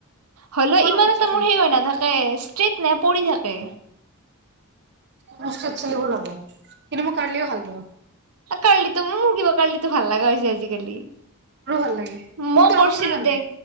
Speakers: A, on the right (about 80°); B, on the right (about 50°).
A: হল
B: পুৰা
A: ইমান
B: উৰি
A: এটা
B: থাকে
A: মোৰ সেই হয় নাথাকে। ষ্ট্ৰিট নে পৰি থাকে।
B: মই স্তেড চুলিবোৰ পাও কিন্তু মই কঢিলিও ভাল পাও।
A: কাৰ্লিতো মোৰ কাৰ্লিতো ভাল লাগা হৈছে আজিকালি।
B: মোৰো ভাল লাগে
A: মই
B: মোৰতো
A: কৰিছিলো
B: আগৰ পৰা ভাল
A: দে
B: লাগে